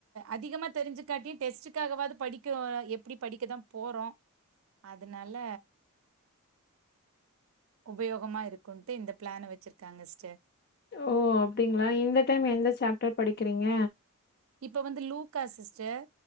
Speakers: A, on the right; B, on the left.
A: அதிகமா தெரிஞ்சுக்காட்டியு டெஸ்டுக்காகவது படிக்க எப்டி படிக்கதா போறோ அதனால உபயோகமா இருக்குன்ட்டு இந்த பிளான வெச்சிருக்காங்க சிஸ்டர்
B: ஓ அப்டிங்களா இந்த டைம் எந்த சாப்டர் படிக்கிறீங்க
A: இப்ப வந்து லூக்கா சிஸ்டர்